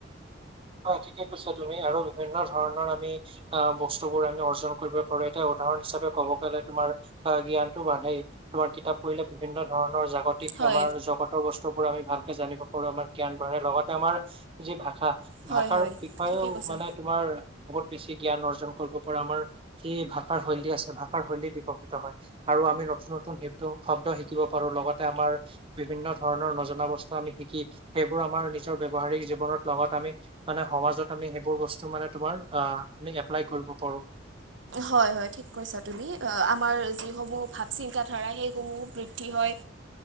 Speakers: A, on the right; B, on the right.
A: হয় ঠিকে কৈছা তুমি আৰু বিভিন্ন ধৰণৰ আমি অ বস্তুবোৰ আমি অৰ্জন কৰিব পাৰো এটা। উদাহৰণ হিচাপে ক'ব গলে তোমাৰ আহ জ্ঞানতটো বাঢ়েই তোমাৰ কিতাপ। কৰিলে বিভিন্ন ধৰণৰ জাগতিক
B: হয়
A: আমাৰ জগতৰ বস্তুচ। আমি ভালকে জানিব পাৰো আমাৰ জ্ঞান বঢ়ৰে লগতে আমাৰ যি ভাষা। ভাষাৰ
B: হয় হয়
A: বিষয়েও
B: ঠিকে কৈছা
A: মানে তোমাৰ বহুত বেছি যে। জ্ঞান অৰ্জন কৰিব পৰা আমাৰ সেই ভাষাৰ শৈলী আছে ভাষাৰ শৈলী বিকশিত হয় আৰু আমি নতুন। নতুন শ শব্দ শিকিব পাৰো লগতে আমাৰ বিভিন্ন ধৰণৰ নজনা বস্তু আমি শিকি সেইবোৰ। আমাৰ নিজৰ ব ব্যৱহাৰিক জীৱনত লগত আমি। মানে সমাজত আমি সেইবোৰ বস্তু মানে তোমাৰ আহ আমি এপ্লাই কৰিব পাৰোঁ।
B: হয় হয় ঠিক কৈছা তুমি আমাৰ যিসমূহ ভাৱ চিন্ত ধাৰা সেইসমূহ বৃদ্ধি হয়।